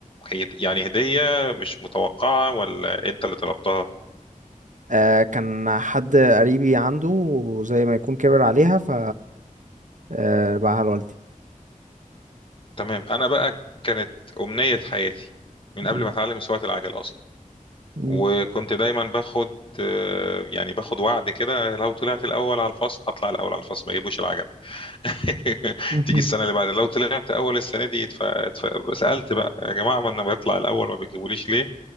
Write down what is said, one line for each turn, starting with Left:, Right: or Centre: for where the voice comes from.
Left: هي- يعني هدية مش متوقعة ولا انت اللي طلبتها
Right: آه كان حد قريبي عنده وزي ما يكون كبر عليها ف آه، باعها لوالدي
Left: تمام انا بقى كانت امنية حياتي من
Right: <laughs>
Left: قبل
Right: مم.
Left: ما اتعلم سواقة العجل اصلا
Right: مم.
Left: وكنت دايما باخد آه، يعني باخد وعد كده لو طلعت الاول على الفصل اطلع الاول على الفصل ما يجيبوش العجل <laughs>
Right: مم.
Left: تيجي السنة اللي بعدها لو طلعت اول السنة دي اتف- اتف- سألت بقى يا جماعة ما انا بطلع الاول ما بتجيبوليش ليه